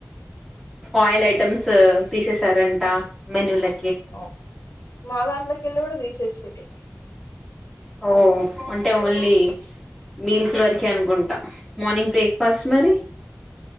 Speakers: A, in the centre; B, on the left.
A: ఆయిల్ ఐటమ్స్ తీసేసారంట మెన్యూ లె
B: ఓ మాదాంట్లకెళ్ళి కూడా తీశేశిరు
A: ఓ అంటే ఓన్లీ మీల్స్ ట్ వరకే అనుకుంటా మార్నింగ్ బ్రేక్ఫాస్ట్ మరి